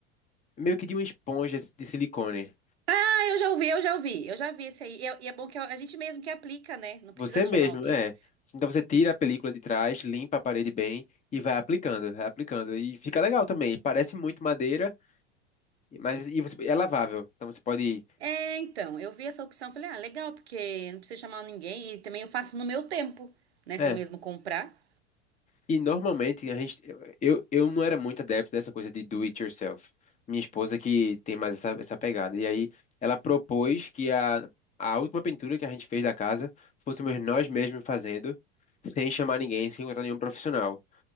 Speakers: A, on the left; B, on the right.
A: meio que de uma esponja de silicone.
B: Ah, eu já ouvi, eu já ouvi. Eu já vi esse aí. E é, e é bom que é, a gente mesmo que aplica, né? Não
A: Você
B: precisa chamar
A: mesmo,
B: alguém.
A: é. Então você tira a película de trás, limpa a parede bem e vai aplicando, vai aplicando. E fica legal também. Parece muito madeira, mas e você, é lavável. Então você pode.
B: É, então, eu vi essa opção, falei, ah, legal, porque não precisa chamar ninguém e também eu faço no meu tempo, né?
A: É.
B: Se eu mesmo comprar.
A: E normalmente a gente. Eu, eu não era muito adepto dessa coisa de do it yourself. Minha esposa que tem mais essa, essa pegada. E aí ela propôs que a, a última pintura que a gente fez da casa fôssemos nós mesmos fazendo, sem chamar ninguém, sem encontrar nenhum profissional.